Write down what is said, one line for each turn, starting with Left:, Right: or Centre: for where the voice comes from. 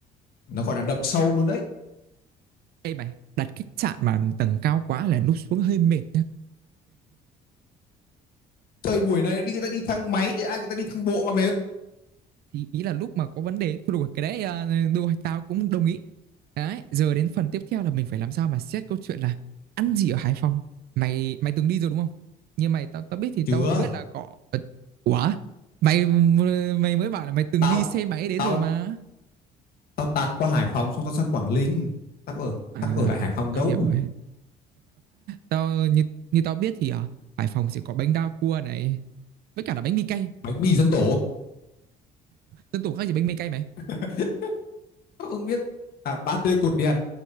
Left: nó gọi là đậm sâu luôn đấy
Right: đây mày đặt khách sạn mà tầng cao quá là lúc xuống hơi mệt
Left: thời buổi này đi người ta đi thang máy thì ai người ta đi thang bộ mà mệt
Right: thì ý là lúc mà có vấn đề thôi được rồi, cái đấy à, được rồi, tao cũng đồng ý đấy giờ đến phần tiếp theo là mình phải làm sao mà xét câu chuyện là ăn gì ở Hải Phòng mày mày từng đi rồi đúng không nhưng mày tao tao biết thì
Left: chưa
Right: tao biết là có Ờ, ủa mày mày mới bảo là mày từng
Left: tao
Right: đi xe máy đến
Left: tao
Right: rồi mà
Left: tao tạt qua Hải Phòng xong tao sang Quảng Ninh tao có ở
Right: à
Left: tao có ở lại Hải Phòng
Right: rồi, tao
Left: đâu
Right: hiểu rồi tao như như tao biết thì ở Hải Phòng sẽ có bánh đa cua này với cả là bánh mì cay
Left: bánh mì dân tổ
Right: dân tổ khác gì bánh mì cay mày
Left: <laughs> tao không biết à ba tươi cột đèn